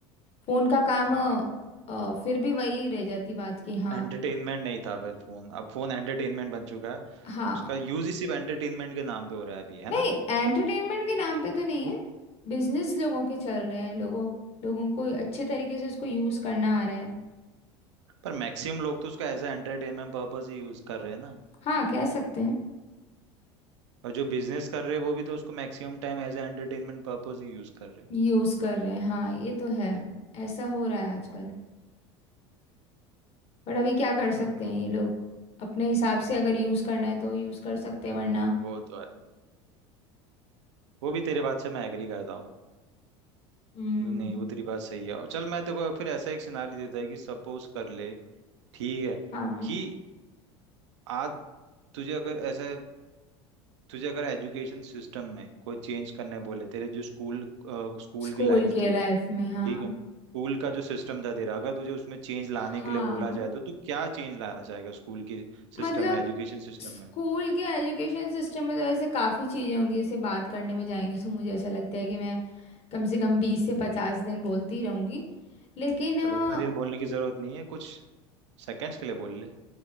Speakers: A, on the left (about 45°); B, on the right (about 80°).
A: फोन का काम
B: हाँ
A: अ, अ, फिर भी वही रह जाती बात कि हाँ
B: एंटरटेनमेंट नहीं था फिर फोन अब फोन एंटरटेनमेंट बन चुका है
A: हाँ
B: उसका यूज ही सिर्फ एंटरटेनमेंट के नाम पे हो रहा है अभी है
A: नहीं
B: ना
A: एंटरटेनमेंट के नाम पे तो नहीं है बिजनेस लोगों के चल रहे हैं लोगों लोगों को अच्छे तरीके से उसको यूज़ करना आ रहा है
B: पर मैक्सिमम लोग तो उसको एज ए एंटरटेनमेंट पर्पज ही यूज कर रहे हैं ना
A: हाँ कह सकते हैं
B: और जो बिजनेस कर रहे हैं वो भी तो उसको maximum time as a entertainment purpose ही यूज कर रहे हैं
A: यूज़ कर रहे हैं हाँ ये तो है ऐसा हो रहा है आजकल पर अभी क्या कर सकते
B: हम्म,
A: हैं ये लोग अपने हिसाब से अगर यूज़ करना है तो यूज़ कर सकते हैं वरना
B: वो तो है वो भी तेरे बात से मैं एग्री करता हूँ
A: हम्म
B: नहीं वो तेरी बात सही है अब चल मैं तेको फिर ऐसा एक सिनारी देता है कि सपोज कर ले ठीक है
A: हाँ
B: कि आज तुझे अगर ऐसा तुझे अगर एजुकेशन सिस्टम में कोई चेंज करने बोले तेरे जो स्कूल स्कूल
A: स्कूल
B: की लाइफ
A: के
B: थी
A: लाइफ में हाँ
B: ठीक है स्कूल का जो सिस्टम था तेरा अगर तुझे उसमें चेंज लाने
A: हाँ
B: के लिए बोला जाए तो तू क्या चेंज लाना चाहेगा स्कूल की सिस्टम
A: मतलब
B: में एजुकेशन सिस्टम
A: स्कूल
B: में
A: के एजुकेशन सिस्टम में तो ऐसे काफ़ी चीज़ें होंगी इसे बात करने में जाएंगे तो मुझे ऐसा लगता है कि मैं कम से कम बीस से पचास दिन बोलती ही रहूँगी लेकिन
B: चलो
A: अ,
B: उतना दिन बोलने की जरूरत नहीं है कुछ सेकंड्स के लिए बोल ले